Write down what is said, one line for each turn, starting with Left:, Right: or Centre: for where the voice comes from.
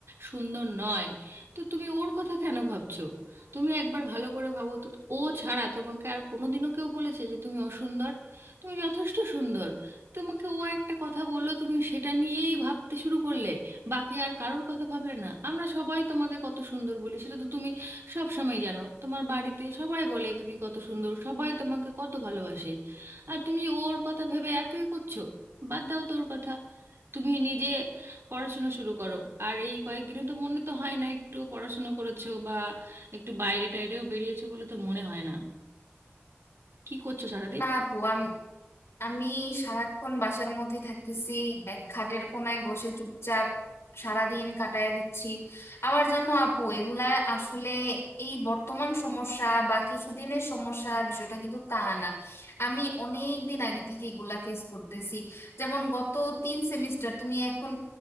Right: সুন্দর নয় তো তুমি ওর কথা কেন ভাবছো তুমি একবার ভালো করে ভাবো তো ও ছাড়া তোমাকে আর কোনোদিনও কেউ বলেছে যে তুমি অসুন্দর তুমি যথেষ্ট সুন্দর তোমাকে ও একটা কথা বললো তুমি সেটা নিয়েই ভাবতে শুরু করলে বাকি আর কারোর কথা ভাবলে না আমরা সবাই তোমাকে কত সুন্দর বলি সেটা তো তুমি সব সময় জানো তোমার বাড়িতে সবাই বলে তুমি কত সুন্দর সবাই তোমাকে কত ভালোবাসে আর তুমি ওর কথা ভেবে এতই করছো বাদ দাও তোর কথা তুমি নিজে পড়াশোনা শুরু করো আর এই কয়েকদিনে তো মনে তো হয় না একটু পড়াশোনা করেছো বা একটু বাইরে টাইরেও বেরিয়েছো বলে তো মনে হয় না কি করছো সারাদিন
Left: না আপু আমি আমি সারাক্ষণ বাসার মধ্যে থাকতেছি এক খাটের কোনায় বসে চুপচাপ সারাদিন কাটায় দিচ্ছি আবার জানো আপু এগুলা আসলে এই বর্তমান সমস্যা বা কিছুদিনের সমস্যা বিষয়টা কিন্তু তা না আমি অনেক দিন আগে থেকে এগুলা ফেস করতেছি যেমন গত তিন সেমিস্টার তুমি এখন